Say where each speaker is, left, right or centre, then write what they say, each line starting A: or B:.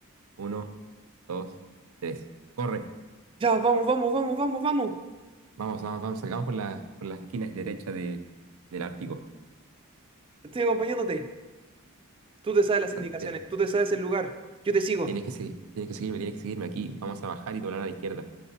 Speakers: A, on the right (about 75°); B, on the right (about 25°).
A: Uno, dos, tres. Corre.
B: Ya, vamos, vamos, vamos, vamos, vamos.
A: Vamos, vamos, vamos. Salgamos por la, por las esquinas derecha de, del Ártico.
B: Estoy acompañándote. Tú te sabes las
A: Salté.
B: indicaciones, tú te sabes el lugar. Yo te sigo.
A: Tienes que, se- tienes que seguirme, tienes que seguirme. Aquí vamos a bajar y doblar a la izquierda.